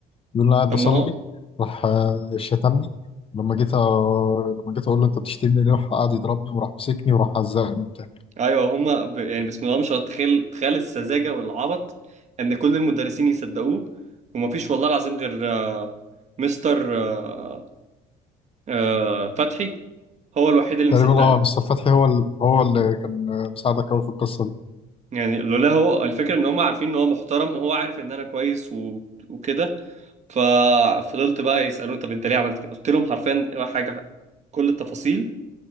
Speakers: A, on the left; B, on the right.
A: بيقول انا قاعد
B: طب
A: بصلي
B: ما هو
A: راح آه، شتمني لما جيت آه، لما جيت اقول له انت بتشتمني ليه راح قعد يضربني وراح مسكني وراح عزقني وبتاع
B: ايوه هما ب... يعني بسم الله ما شاء الله تخيل تخيل السذاجه والعبط ان كل المدرسين يصدقوه ومفيش والله العظيم غير آه، مستر آه، آه، فتحي هو الوحيد اللي
A: تقريبا
B: مصدقني
A: اه مستر فتحي هو ال- هو اللي كان آه، مساعدك قوي في القصه دي
B: يعني لولا هو الفكره ان هم عارفين ان هو محترم وهو عارف ان انا كويس و... وكده ففضلت بقى يسالوني طب انت ليه عملت كده قلت لهم حرفيا حاجه كل التفاصيل